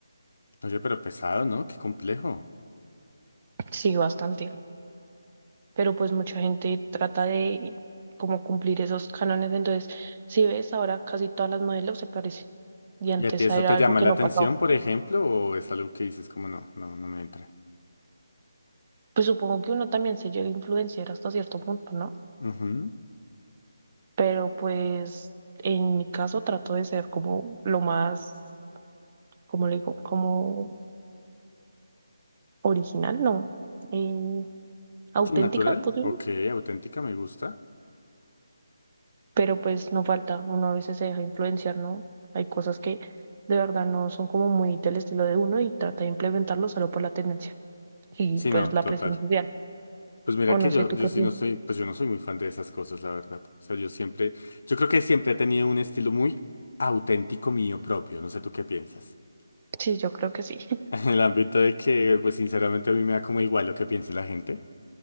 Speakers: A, on the left; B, on the right.
A: Oye, pero pesado, ¿no? Qué complejo.
B: Sí, bastante. pero pues mucha gente trata de como cumplir esos cánones. Entonces, si ves, ahora casi todas las modelos se parecen y antes
A: ¿Y a ti eso
B: era
A: te
B: algo
A: llama
B: que
A: la
B: no
A: atención,
B: pasaba.
A: por ejemplo? ¿O es algo que dices como no, no, no me entra?
B: Pues supongo que uno también se llega a influenciar hasta cierto punto, ¿no?
A: Ujú.
B: Pero pues en mi caso trato de ser como lo más, como le digo, como original, ¿no? Eh, auténtica,
A: Sí, natural.
B: pues sí.
A: Ok, auténtica, me gusta.
B: pero pues no falta, uno a veces se deja influenciar, ¿no? Hay cosas que de verdad no son como muy del estilo de uno y trata de implementarlo solo por la tendencia y
A: Sí,
B: pues
A: no,
B: la
A: total.
B: presión social.
A: Pues mira
B: O
A: que
B: no sé,
A: yo,
B: ¿tú
A: yo
B: qué
A: sí
B: piensas?
A: no soy, pues yo no soy muy fan de esas cosas, la verdad. O sea, yo siempre, yo creo que siempre he tenido un estilo muy auténtico mío propio. No sé tú qué piensas. <laughs>
B: Sí, yo creo que sí. <laughs>
A: En el ámbito de que, pues sinceramente a mí me da como igual lo que piense la gente.